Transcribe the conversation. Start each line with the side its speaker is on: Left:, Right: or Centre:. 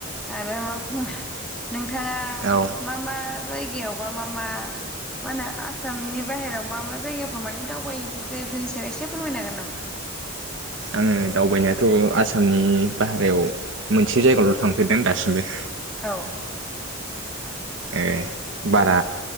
Centre: आरो मा बुंनों‌ नों थाङा
Right: औ
Centre: मा मा जायगायावबा मा मा मा होनो आसामनि बाहेरायाव मा मा जायगाफोराव मानि दावबाय हैफेरखो बेफोरनि सायाव एसे फोरमायनो हागोन नामा?
Right: आङो दावबायनायाथ' आसा आसामनि बाहेरायाव मोनसे जायगायावल' थांफेरदों दासिमबो।
Centre: औ
Right: ओ बारा